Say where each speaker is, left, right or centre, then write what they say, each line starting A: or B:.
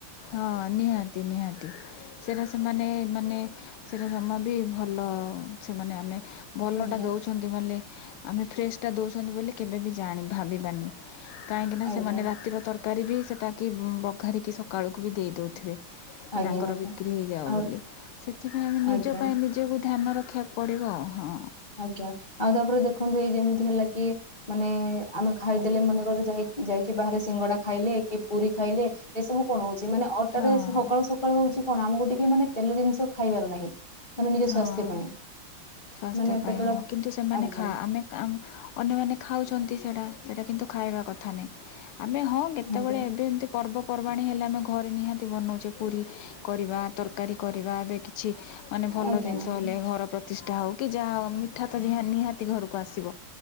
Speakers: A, on the left; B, on the left.
A: ହଁ ନିହାତି ନିହାତି ସେଟା ସେମାନେ ମାନେ ମାନେ ସେଇଟା ଜମା ବି ଭଲ ସେମାନେ ଆମେ ଭଲଟା
B: ଆଜ୍ଞା
A: ଦଉଛନ୍ତି ବଲି ଆମେ ଫ୍ରେଶଟା ଦଉଛନ୍ତି ବୋଲି କେବେ ବି ଜାଣି ଭାବିବାନି। କାହିଁକିନା
B: ଆଜ୍ଞା
A: ସେମାନେ ରାତିର ତରକାରୀ ବି ସେଟାକ ବଘାରିକି ସକାଳୁକୁ ବି ଦେଇ ଦେଉଥିବେ। କି
B: ଆଜ୍ଞା
A: ତାଙ୍କର
B: ଆଜ୍ଞା
A: ବିକ୍ରି ହେଇଯାଉ
B: ଆଉ
A: ବୋଲି ସେଥିପାଇଁ ଆମେ ନିଜ
B: ଆଜ୍ଞା
A: ପାଇଁ ନିଜକୁ। ଧ୍ୟାନ ରଖିବାକୁ ପଡ଼ିବ ଆଉ ହଁ।
B: ଆଜ୍ଞା ଆଉ ତାପରେ ଦେଖନ୍ତୁ ଏଇ ଯେମିତି ହେଲା କି? ମାନେ ଆମେ ଖାଇଦେଲେ ମାନେ କିଛି ଯାଇ ଯାଇକି ବାହାରେ ସିଙ୍ଗଡା ଖାଇଲେ କି ପୁରୀ ଖାଇଲେ ଏସବୁ କଣ ହଉଛି? ମାନେ ଅଟାରେ
A: ହଁ
B: ସକାଳୁ ସକାଳୁ ହଉଛି କଣ ଆମକୁ ଟିକେ ମାନେ ତେଲ ଜିନିଷ ଖାଇବାର ନାହିଁ। ମାନେ ନିଜ
A: ହଁ
B: ସ୍ୱାସ୍ଥ୍ୟ ପାଇଁ।
A: ସ୍ୱାସ୍ଥ୍ୟ
B: ମାନେ
A: ପାଇଁ
B: ପେଟଟା
A: ହୋଉ। କିନ୍ତୁ ସେମାନେ
B: ଆଜ୍ଞା
A: ଆମେ ଅନ୍ୟମାନେ ଖାଉଛନ୍ତି। ସେଟା ସେଟା କିନ୍ତୁ ଖାଇବା କଥା ନାହିଁ ଆମେ ହଁ କେତେବେଳେ
B: ଆଜ୍ଞା
A: ଏବେ ଏମିତି ପର୍ବ ପର୍ବାଣୀ ହେଲେ ଆମେ ଘରେ ନିହାତି ବନଉଛେ ପୁରୀ କରିବା ତରକାରୀ କରିବା ଏବେ କିଛି ମାନେ ଭଲ
B: ଆଜ୍ଞା
A: ଜିନିଷ
B: ଆଜ୍ଞା
A: ହେଲେ ଘର ପ୍ରତିଷ୍ଠା ହଉ କି ଯାହା ହଉମ ଉଠା ତ ନିହାତି ଘରକୁ ଆସିବ